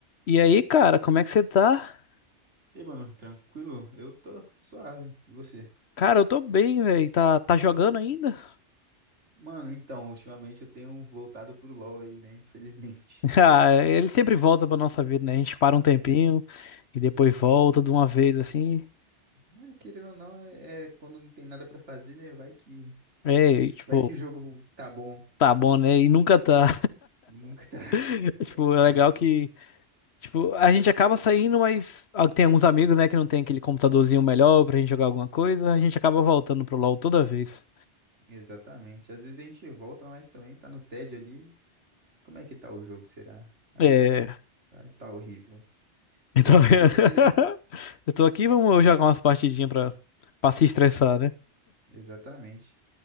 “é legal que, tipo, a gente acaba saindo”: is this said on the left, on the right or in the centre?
Left